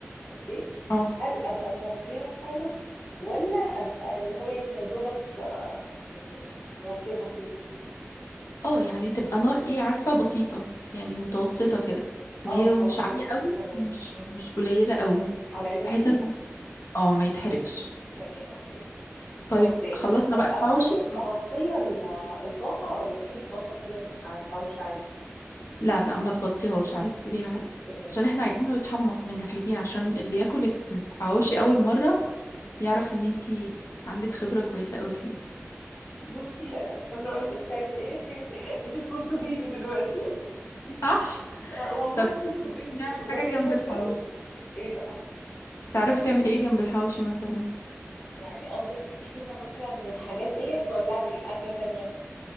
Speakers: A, on the left; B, on the left.
A: اوكي
B: اه
A: هل ابقى موطيها خالص ولا ابقى اللي هو يعني يا دوبك يعني موطيه بسيط
B: اه يعني تبقى نار ايه عارفه بسيطه يعني متوسطه
A: ش-
B: كده
A: اه
B: اللي هي
A: متوسطة
B: مش عاليه قوي
A: تمام
B: مش
A: مم.
B: مش قليله قوي
A: على العين الكبيرة
B: بحيث انه اه ما يتحرقش
A: تمام اوكي
B: طيب
A: خمس دقايق
B: خلطنا
A: طب
B: بقى الحواوشي
A: اكون مغطية ال- الطاسة ولا اسيب الطاسة كده على الحواوشي عادي
B: لا لا ما تغطيهوش عادي سيبيها عادي
A: تمام
B: عشان احنا
A: اوكي
B: عايزينه يتحمص من ناحيتين عشان اللي
A: مم.
B: ياكل الحواوشي
A: مم.
B: اول مرة
A: مم.
B: يعرف ان انتي عندك خبرة كويسة قوي فيه
A: بصي انا مش قادرة اقول لك يعني ايه <laughs> انت بتنقذيني دلوقتي
B: صح
A: آه، والله
B: طب
A: بتنقذيني انت
B: نعمل
A: مش متخيلة
B: حاجة جنب
A: ازاي
B: الحواوشي
A: ايه بقى
B: تعرفي تعملي ايه جنب الحواوشي مثلا
A: يعني قصدك طحينة مثلا والحاجات ديت ولا اعمل اكلة تانية